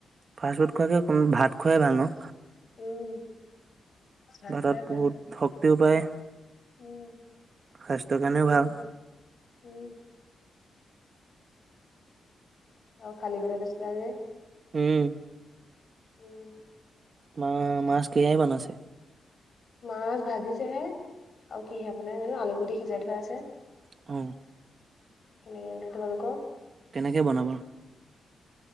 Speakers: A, on the right; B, on the left.
A: ফাষ্ট ফুড খোৱাকৈ কো ভাত খোৱাই ভাল ন!
B: উম ভাত
A: ভা
B: খোৱাই
A: তত
B: ভাল
A: বহুত শক্তিও পায়,
B: উম
A: স্বাস্থ্যৰ কাৰণেও
B: সেইটোৱে
A: ভাল!
B: উম অ খাল বি নছিলিলা যে <unintelligible>
A: উম
B: উম
A: মা মাছ কিহেৰে বনাইছে?
B: মাছ ভাজিছেহে আৰু কিহে বনাই জানো আলুগুটি সিজাই থৈ আছে।
A: অ।
B: কেনো তোমালোকৰ -
A: কেনেকৈ বনাব?